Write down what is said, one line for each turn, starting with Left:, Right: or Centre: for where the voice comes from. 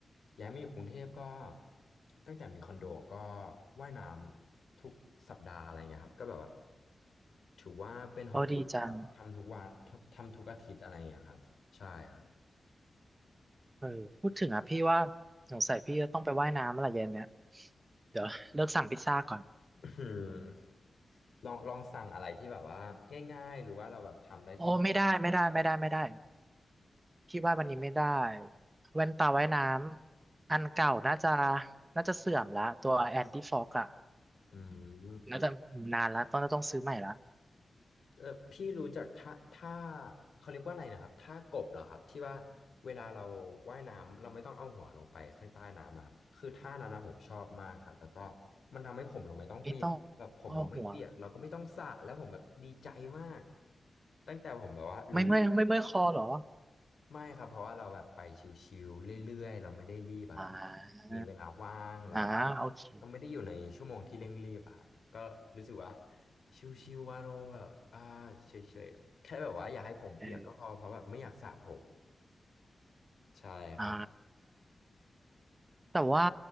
Left: ย้ายมาอยู่กรุงเทพก็ตั้งแต่มีคอนโดก็ว่ายน้ำทุกสัปดาห์อะไรเงี้ยครับก็แบบว่าถือว่าเป็นฮอบบี้
Right: โอ้ดีจัง
Left: ทำทุกวันทำทุกอาทิตย์อะไรเงี้ยครับใช่ครับ
Right: เออพูดถึงอ่ะพี่ว่าสงสัยพี่จะต้องไปว่ายน้ำอะไรเย็นเนี่ยเดี๋ยวเลิกสั่งพิซซ่าก่อน
Left: อืมลองลองสั่งอะไรที่แบบว่าง่ายๆหรือว่าเราแบบทำได้ที่ห้อง
Right: โอ้ไม่ได้ไม่ได้ไม่ได้ไม่ได้พี่ว่าวันนี้ไม่ได้แว่นตาว่ายน้ำอันเก่าน่าจะน่าจะเสื่อมละตัวแอนตี้ฟอกอะ
Left: อืม
Right: น่าจะนานละต้องต้องซื้อใหม่ละ
Left: เออพี่รู้จักท่าท่าเขาเรียกว่าอะไรนะครับท่ากบเหรอครับที่ว่าเวลาเราว่ายน้ำเราไม่ต้องเอาหัวลงไปข้างใต้น้ำอะครับคือท่านั้นนะผมชอบมากครับแล้วก็มันทำให้ผมเราไม่ต้องเปียกแบบผมเราไม่เปียกเราก็ไม่ต้องสระแล้วผมแบบดีใจมาก
Right: ไม่ต้องอ้อหัว
Left: ตั้งแต่ผมแบบว่ารู้
Right: ไม่เมื่อยไม่เมื่อยคอเหรอ
Left: ไม่ครับเพราะว่าเราแบบไปชิวๆเรื่อยๆเราไม่ได้รีบแบบ
Right: อ่า
Left: มีเวลาว่างแล้วก็
Right: อ่าโอเค
Left: เราไม่ได้อยู่ในชั่วโมงที่เร่งรีบอะครับก็รู้สึกว่าชิวๆว่าเราแบบอ่าเฉยๆแค่แบบว่าอย่าให้ผมเปียกก็พอเพราะแบบไม่อยากสระผม
Right: เออ
Left: ใช่ครับ
Right: อ่า แต่ว่า